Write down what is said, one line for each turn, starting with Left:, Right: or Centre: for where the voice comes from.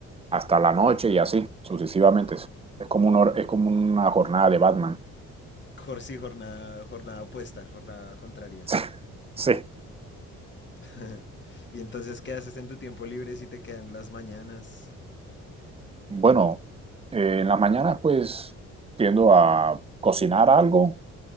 Right: hasta la noche y así sucesivamente. Es es como un hor- es como una jornada de Batman.
Left: Jor- sí, jornada, jornada opuesta, jornada contraria.
Right: <laughs> Sí.
Left: <laughs> ¿Y entonces qué haces en tu tiempo libre si te quedan las mañanas?
Right: Bueno, eh, en las mañanas pues tiendo a cocinar algo,